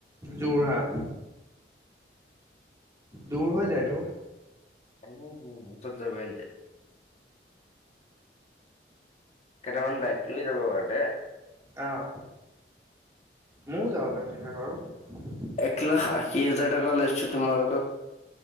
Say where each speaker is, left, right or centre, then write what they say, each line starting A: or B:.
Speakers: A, on the right; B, on the left.
A: যোৰহাট। দূৰ হৈ যায়তো।
B: উম হম চব যাব এতিয়া। কেইটামান বাইক লৈ যাব তাতে।
A: অঁ। ময়ো যাব পাৰিম তেনেহলে বাৰু।
B: এক লাখ আশী হাজাৰ টকা লৈছো তোমালোকক